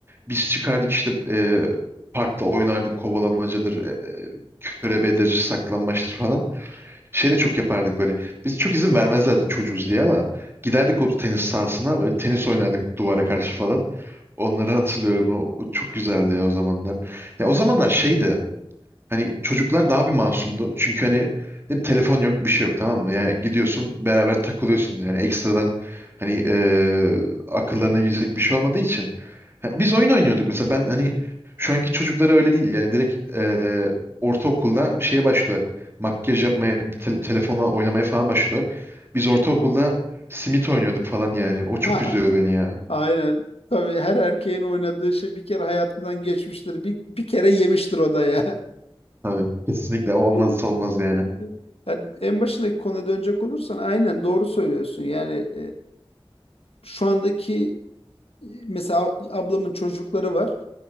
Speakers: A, on the right (about 25°); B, on the left (about 85°).
A: Biz çıkardık işte e, parkta oynardık kovalamacadır, e, e, körebedir, saklambaçtır falan. Şey de çok yapardık böyle. Biz çok izin vermezlerdi çocuğuz diye ama giderdik o tenis sahasına böyle tenis oynardık duvara karşı falan. Onları hatırlıyorum. O, o çok güzeldi ya o zamanlar. Ya o zamanlar şeydi. Hani çocuklar daha bir masumdu. Çünkü hani ne telefon yok bir şey yok tamam mı? Yani gidiyorsun beraber takılıyorsun. Yani ekstradan hani eee akıllarına girecek bir şey olmadığı için Ha, Biz oyun oynuyorduk mesela ben hani şu anki çocuklara öyle değil yani direkt e, ortaokulda şeye başlıyorlar makyaj yapmaya te- telefonla oynamaya falan başlıyorlar. Biz ortaokulda simit oynuyorduk falan yani o
B: <laughs>
A: çok üzüyor beni ya.
B: Aynen. Tabii her erkeğin oynadığı şey bir kere hayatından geçmiştir. Bir, bir kere yemiştir o da ya.
A: Tabii kesinlikle o olmazsa
B: <laughs>
A: olmaz yani.
B: Ya en başındaki konuya dönecek olursan aynen doğru söylüyorsun. Yani e, şu andaki mesela ablamın çocukları var.